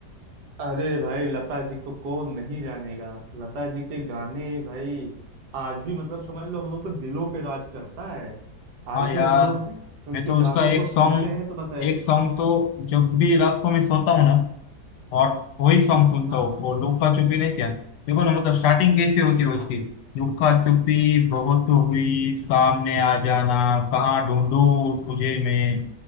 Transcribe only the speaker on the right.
अरे भाई लता जी को कौन नहीं जानेगा लता जी के गाने भाई आज भी मतलब समझ लो हम लोग को दिलों पे राज करता है
आज भी
हम लोग
उनके
गानों
को
सुनते हैं तो बस ऐसा
हाँ
हाँ